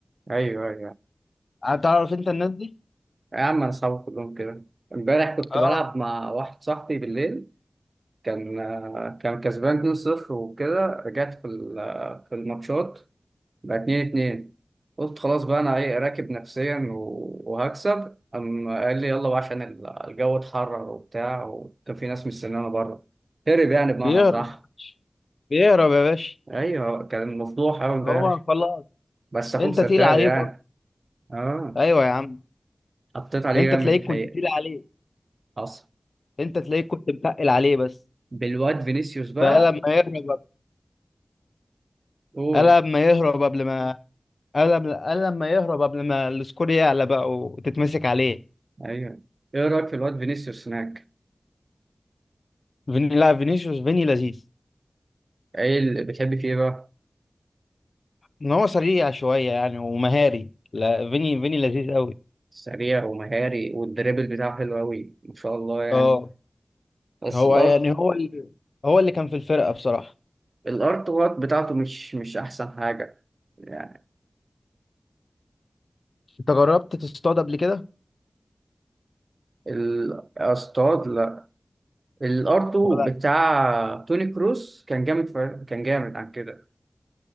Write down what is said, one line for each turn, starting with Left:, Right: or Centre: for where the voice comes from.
Right: ايوه ايوه
Left: هتعرف انت الناس دي
Right: يا عم انا صعب كلهم كده امبارح كنت
Left: اه
Right: بلعب مع واحد صاحبي بالليل كان كان كسبان 2-0 وكده رجعت في ال- في الماتشات بقى 2-2 قلت خلاص بقى انا ايه راكب نفسيا و- وهكسب قام قال لي يلا بقى عشان ال- الجو اتحرر وبتاع وكان في ناس مستنيانا بره هرب يعني بمعنى
Left: بيهرب
Right: صح
Left: يا باشا بيهرب يا باشا
Right: ايوه كان مفضوح قوي امبارح
Left: هو خلاص
Right: بس اخوك
Left: انت
Right: سداد
Left: تقيل عليه
Right: يعني
Left: برضه
Right: اه
Left: ايوه يا عم
Right: حطيت عليه
Left: انت
Right: جامد
Left: تلاقيك
Right: الحقيقه
Left: كنت تقيل عليه
Right: حصل
Left: انت تلاقيك كنت متقل عليه بس
Right: بالواد فينيسيوس بقى
Left: فقال لما يهرب
Right: قول
Left: قال لما يهرب قبل ما قال لما قال لما يهرب قبل ما السكور يعلى بقى وتتمسك عليه
Right: ايوه ايه رايك في الواد فينيسيوس هناك
Left: فيني لا فينيسيوس فيني لذيذ
Right: ايه اللي بتحب فيه بقى
Left: ان هو سريع شويه يعني ومهاري لا فيني فيني لذيذ قوي
Right: سريع ومهاري والدريبل بتاعه حلو أوي ما شاء الله يعني
Left: اه
Right: بس
Left: هو
Right: الأرض
Left: يعني هو اللي هو اللي كان في الفرقه بصراحه
Right: الأرض وات بتاعته مش مش أحسن حاجة يعني
Left: انت جربت تصطاد قبل كده
Right: الأصطاد لا الأرض
Left: ولا
Right: بتاع توني كروس كان جامد ف- كان جامد عن كده